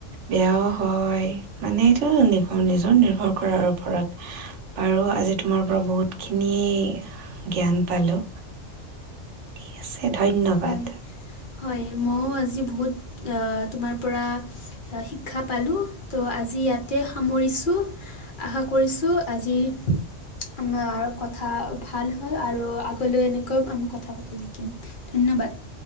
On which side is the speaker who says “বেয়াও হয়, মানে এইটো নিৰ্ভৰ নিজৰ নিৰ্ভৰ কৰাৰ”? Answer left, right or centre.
Right